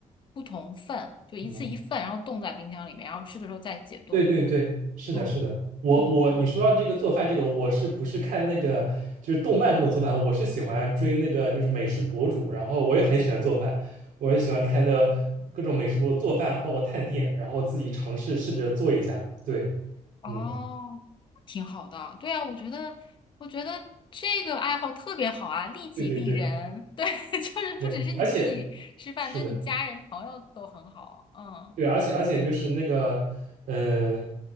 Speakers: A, on the left (about 35°); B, on the right (about 80°).
A: 不同份，就一次一份，
B: 嗯，
A: 然后冻在冰箱里面，然后吃的时候再解冻。
B: 对对对，是的，
A: 嗯嗯。
B: 是的。我我你说到这个做饭这个，我是不是看那个就是动漫这种做饭？我是喜欢追那个就是美食博主，然后我也很喜欢做饭，我也喜欢看那各种美食博主做饭，包括探店，然后自己尝试试着做一下。对，
A: 哦，
B: 嗯，
A: 挺好的。对啊，我觉得，我觉得这个爱好特别好啊，利己利人。
B: 对对对
A: 对，<laughs> 就是不只是你自己吃饭，
B: 对，而且是的，
A: 就你家人朋友都很好。嗯，
B: 对，而且而且就是那个，呃，